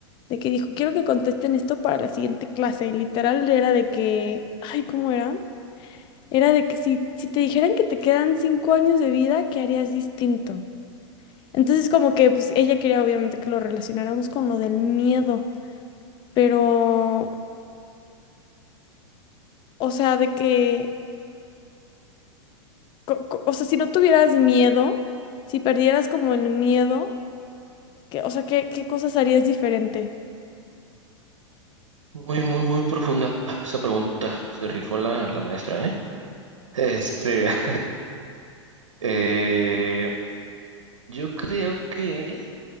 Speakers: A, on the left; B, on the right.
A: de que dijo, quiero que contesten esto para la siguiente clase, y literal era de que, ay, ¿cómo era? Era de que si, si te dijeran que te quedan cinco años de vida, ¿qué harías distinto? Entonces como que, pues ella quería obviamente que lo relacionáramos con lo del miedo, pero, o sea, de que, co- co- o sea, si no tuvieras miedo, si perdieras como el miedo ¿Qué, o sea, ¿qué, qué cosas harías diferente?
B: Muy, muy, muy profunda esa pregunta. Se rifó la, la maestra, ¿eh? Este, <laughs> eh, yo creo que